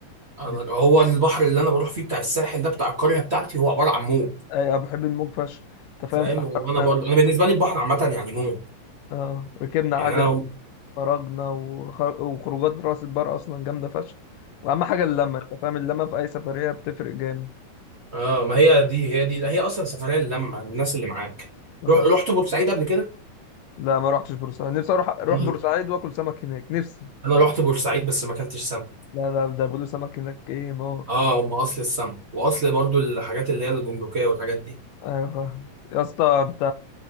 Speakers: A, on the right (about 70°); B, on the left (about 90°).
A: أنا...
B: دي-
A: هو البحر اللي انا بروح فيه بتاع الساحل ده بتاع القريه بتاعتي هو عباره عن موج
B: أي، انا بحب الموج فشخ انت فاهم
A: فاهم
B: فاحنا
A: هو انا برضه انا بالنسبه لي البحر عامه يعني موت
B: اه ركبنا عجل
A: يعني انا لو-
B: خرجنا وخ- وخروجات راس البر اصلا جامده فشخ واهم حاجه اللمه انت فاهم اللمه في اي سفريه بتفرق جامد
A: اه ما هي دي هي دي هي اصلا سفريه للمه الناس اللي معاك
B: اه
A: روح رحت بورسعيد قبل كده
B: لا ما رحتش بورسعيد نفسي اروح اروح
A: انا
B: بورسعيد واكل سمك هناك نفسي
A: انا رحت بورسعيد بس ما اكلتش سمك
B: لا لا ده بيقولوا سمك هناك ايه نار
A: اه هم اصل السمك واصل برضو الحاجات اللي هي الجمركيه والحاجات دي
B: ايوه فاهم يا اسطى انت